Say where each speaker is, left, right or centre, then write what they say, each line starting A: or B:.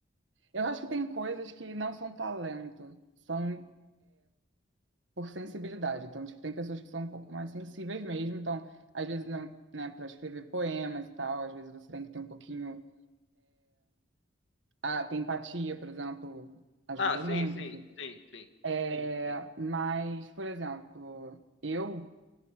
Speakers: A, on the right (about 75°); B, on the left (about 70°).
A: eu acho que tem coisas que não são talento, são por sensibilidade. Então, tipo, tem pessoas que são um pouco mais sensíveis mesmo. Então, às vezes, não- né, para escrever poemas e tal, às vezes você tem que ter um pouquinho. Ah, tem empatia, por exemplo, ajuda
B: Ah, sim,
A: muito,
B: sim,
A: enfim. Sim,
B: sim, sim,
A: É, mas, por exemplo, eu